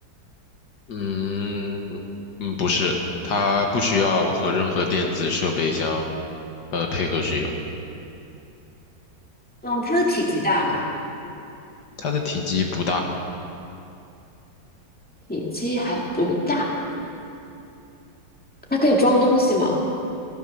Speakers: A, on the left (about 70°); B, in the centre.
A: 嗯嗯，不是，它不需要和任何电子设备相呃配合使用。
B: 嗯，它的体积大吗？
A: 它的体积不大，
B: 体积还不大，它可以装东西吗？